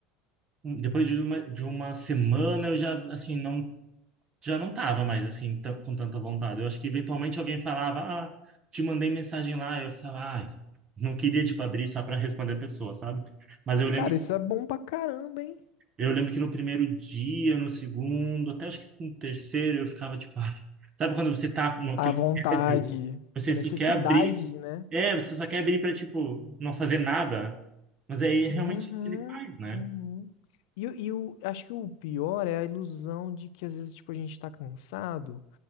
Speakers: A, on the right; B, on the left.
A: um- depois de uma, de uma semana, eu já, assim, não, já não tava mais, assim, tan- com tanta vontade. Eu acho que eventualmente alguém falava, ah, te mandei mensagem lá, eu ficava, ai, não queria, tipo, abrir só para responder a pessoa, sabe? Mas eu lembro
B: Cara, isso é bom pra caramba, hein?
A: Eu lembro que no primeiro dia, no segundo, até acho que no terceiro, eu ficava tipo, ai. Sabe quando você tá naquele
B: A vontade,
A: tédio, você
B: a necessidade,
A: só quer abrir,
B: né?
A: é, você só quer abrir para tipo não fazer nada. Mas aí é realmente
B: Uhum,
A: isso que ele faz, né?
B: uhum. E, o- e o, acho que o pior é a ilusão de que às vezes, tipo, a gente tá cansado.